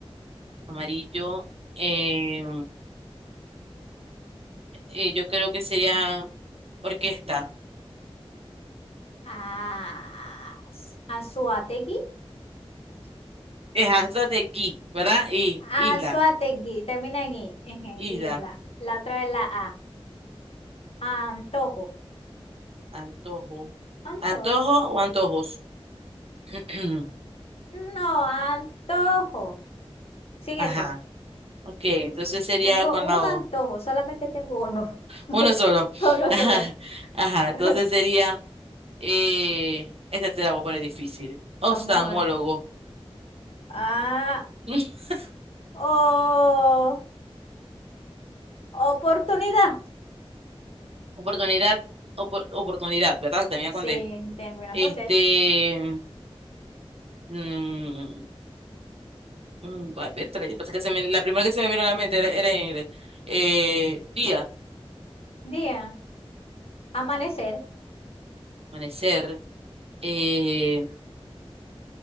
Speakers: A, on the right; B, on the left.
A: Amarillo. eh, eh, yo creo que sería orquesta.
B: A. Anzuategui.
A: Dejanza de aquí, ¿verdad? Y
B: Ah,
A: isla.
B: Suategui, termina en I, eje,
A: Isla.
B: isla. La otra es la A. Antojo.
A: Antojo.
B: Antojo.
A: ¿Antojo o antojos? <clears throat>
B: No, antojo. Sin
A: Ajá.
B: ese.
A: Ok, entonces sería
B: Tengo
A: con
B: un
A: la
B: antojo,
A: O.
B: solamente tengo uno. <laughs>
A: Uno solo.
B: solo
A: <laughs>
B: solo.
A: Ajá. Ajá.
B: <laughs>
A: Entonces sería, eh, esta te la voy a poner difícil. Oftalmólogo.
B: Vamos a ver. Ah,
A: <laughs>
B: o. Oportunidad.
A: Oportunidad, opor- oportunidad, ¿verdad? Que termina
B: Sin
A: con D.
B: termina
A: Este,
B: con D.
A: mm, mm, va, espérate, yo pensé que se me- la primera que se me vino a la mente era, era en inglés. Eh, día,
B: Día. Amanecer.
A: amanecer, eh,